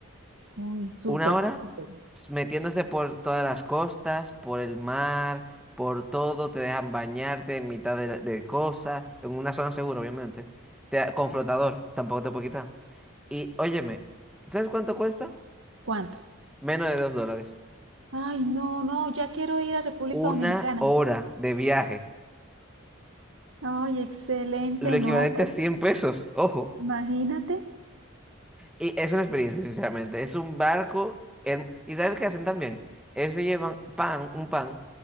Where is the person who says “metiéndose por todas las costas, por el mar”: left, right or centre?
Centre